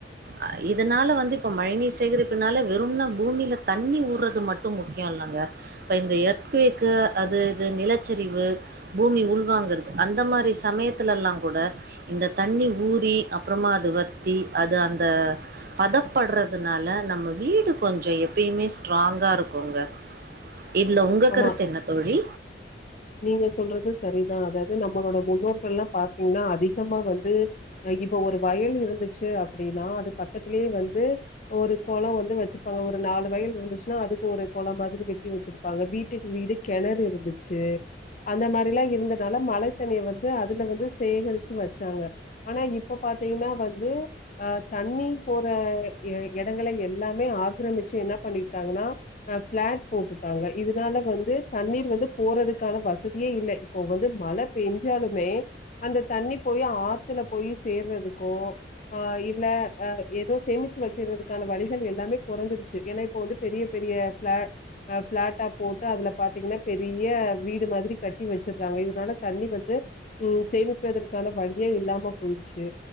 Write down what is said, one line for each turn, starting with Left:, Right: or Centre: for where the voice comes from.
Right: அ இதுனால வந்து இப்ப மழைநீர் சேகரிப்புனாலே வெறும்ன பூமில தண்ணி ஊர்றது மட்டு முக்கியோ இல்லங்க இப்ப இந்த எர்த் குவிக்கு அது இது நிலச்சரிவு பூமி உள்வாங்கிறது அந்த மாரி சமயத்தலல்லா கூட இந்த தண்ணி ஊறி அப்பறமா அது வத்தி அது அந்த பதப்படுறதுனால நா நம்ம வீடு கொஞ்சோ எப்பயுமே ஸ்ட்ராங்கா இருக்குங்க இதுல உங்க
Left: ஆமா
Right: கருத்து என்ன தோழி
Left: நீங்க சொல்றது சரிதா அதாவது நம்மளோட முன்னோர்கள்லா பாத்தீங்கனா அதிகமா வந்து இப் ப ஒரு வயல் இருந்துச்சு அப்டினா அது பக்கத்திலேயே வந்து ஒரு கொளோ வந்து வச்சிருப்பாங்க ஒரு நா நாலு வயல் இருந்துச்சுனா அதுக்கு ஒரு கொளோ மாதிரி வெட்டி வச்சிருப்பாங்க வீட்டிற்கு வீடு கெணறு இருந்துச்சு அந்த மாதிரலா இருந்தனால மழைத்தண்ணிர் வந்து அதுல வந்து சேகரிச்சு வச்சாங்க ஆனா இப் போ பாத்தீங்கனா வந்து அ தண்ணி போற எ எடங்கள எல்லாமே ஆக்கிரமிச் சு என்ன பண்ணிட்டாங்கனா அ ஃபிளாட் போட்டுட்டாங்க இதுனால வந்து தண்ணீர் வந்து போறதுக் கான வசதியே இல்ல இப்போ வந்து மழ பெஞ்சாலுமே அந்த தண்ணி போய் ஆத்துல போயி சேர்றதுக்கோ ஆ இல்ல அ எதோ சேமிச்சு வைக்கறதுக்கான வழிகள் எல்லாமே கொறைஞ்சிருச்சு ஏனா இப்ப வந்து பெரிய பே பெரிய ஃபிளாட் ஃபிளாட்டா போட்டு அதுல பாத்தீங்கன்னா பெரிய வீடு மாதிரி கட்டி வெச்சிறாங்க இதுனால தண்ணி வந்து ம் சேமிப்பதற்கான வழியே இல்லாம போயி ச்சு